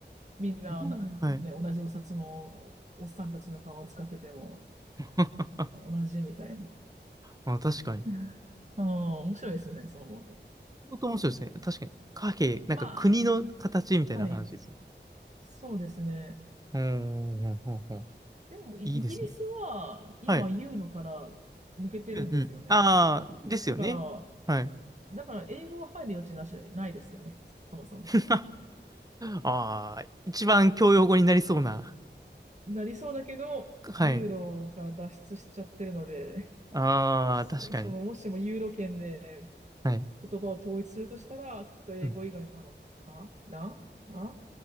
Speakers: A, on the right (about 40°); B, on the right (about 20°).
A: みんな、
B: うんはい。
A: な、ね、同じお札のおっさんたちの顔を使ってても
B: <laughs>
A: 同じみたいな。
B: あ、確かに。
A: <laughs> うん、面白いですね、そう思うと。
B: 本当面白いですね。確かに。貨幣、なんか国の形みたいな話ですね。
A: まあ、はい。そうですね。
B: うーん、うんうんうん
A: でも、イイギリスは今ユーロから抜けてるんですよね。
B: いいですね。はい。うんうん。ああ、ですよね。
A: だから、
B: はい。
A: だから英語は入る余地なしないですよね。そもそも。
B: <laughs> ああ、一番教養語になりそうな。
A: なりそうだけど、
B: はい。
A: ユーロから脱出しちゃってるので、
B: ああ、
A: そ、
B: 確かに。
A: その、もしもユーロ圏で
B: はい。
A: 言葉を統一するとしたら、きっと英語以外なのかなな
B: うん、